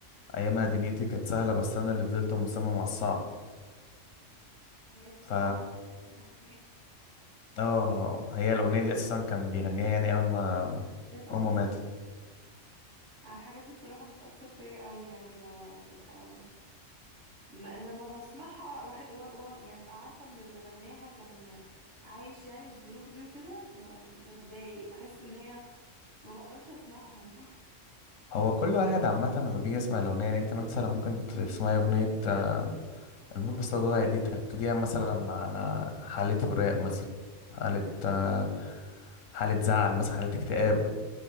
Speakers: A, on the left; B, on the right.
A: ايامها دنيتي كانت سهله بس انا اللي فضلت مصمم على الصعب
B: هي
A: ف
B: هي مامته مامته ماتت
A: اه هي الاغنيه دي اساسا كان بيغنيها يعني اول ما
B: هي توفت
A: امه ماتت
B: أنا الحاجات دي بصراحة بتأثر فيا قوي يعني ب- ببقى م- لما بسمعها وح- و... و... يعني ببقى عارفة ان اللي غناها كان عايش يعني الظروف دي وكده ب... بتضايق بحس ان هي ما بقدرش اسمعهم
A: هو كل واحد عامه لما بيجي يسمع الاغنيه يعني انت مثلا ممكن تسمعي اغنيه آه، البوصله ضاعت دي تاخديها مثلا على حاله فراق مثلا حاله آه، حاله زعل مثلا حاله اكتئاب